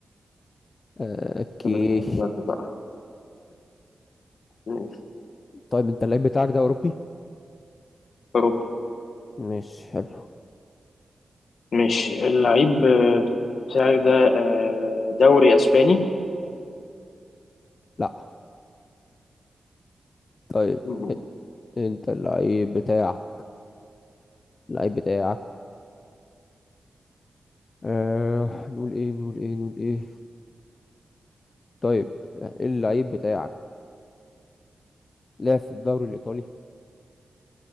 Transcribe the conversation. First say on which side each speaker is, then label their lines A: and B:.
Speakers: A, on the left (about 40°); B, on the left (about 70°).
A: آه، اوكي
B: طب بتهزر بقى ماشي.
A: طيب انت اللعيب بتاعك ده اوروبي
B: أوروبي
A: ماشي حلو
B: ماشي اللعيب آه، بتاعك ده آه، دوري اسباني
A: لا طيب
B: مم.
A: انت اللعيب بتاعك اللعيب بتاعك آه نقول ايه نقول ايه نقول ايه طيب آه، اللعيب بتاعك لعب في الدوري الايطالي